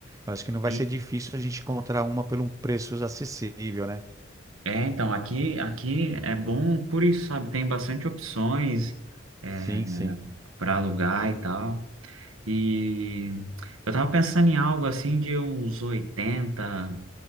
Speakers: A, on the right; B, on the right.
A: Eu acho que não vai
B: Sim.
A: ser difícil a gente encontrar uma por um preço acessível, né?
B: É, então, aqui, aqui é bom por isso, sabe? Tem bastante opções, é,
A: Sim, sim.
B: para alugar e tal. E eu tava pensando em algo assim de uns 80